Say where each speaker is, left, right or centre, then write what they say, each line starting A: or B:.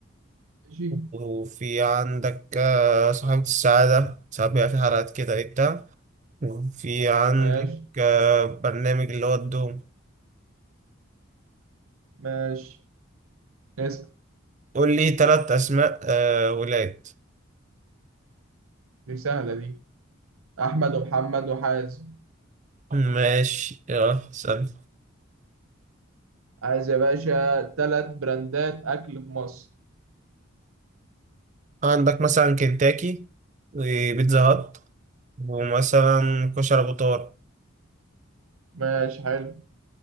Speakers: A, on the right; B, on the right.
A: ماشي
B: وفي عندك آه، صاحبة السعادة ساعات بيبقى في حلقات كده ايه بتاع وفي عندك
A: ماشي
B: آه، برنامج اللي هو الدوم
A: ماشي اسأل
B: قول لي ثلاث أسماء آه، ولاد
A: دي سهلة دي أحمد ومحمد وحازم
B: ماشي يلا سأل
A: عايز يا باشا ثلاث براندات أكل في مصر
B: عندك مثلا كنتاكي وبيتزا هات ومثلا كشري أبو طارق
A: ماشي حلو